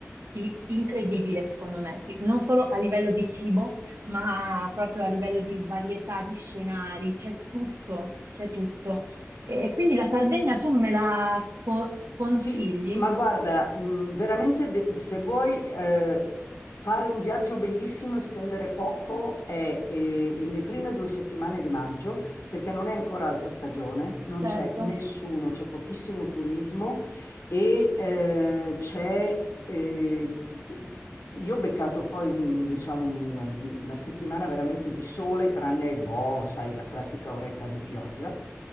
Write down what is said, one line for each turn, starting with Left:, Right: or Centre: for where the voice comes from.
Right: i- incredibile, secondo me, sì, non solo a livello di cibo ma proprio a livello di varietà di scenari, c'è tutto, c'è tutto. E quindi la Sardegna tu me la co- consigli?
Left: Sì, ma guarda, mh, veramente de- se vuoi eh, fare un viaggio bellissimo e spendere poco è, eh, le prime due settimane di maggio, perché non è ancora alta stagione, non
Right: Certo.
Left: c'è nessuno, c'è pochissimo turismo e eh, c'è... eh, t- t- io ho beccato poi un- diciamo, un- una settimana veramente di sole, tranne, boh, sai, la classica oretta di pioggia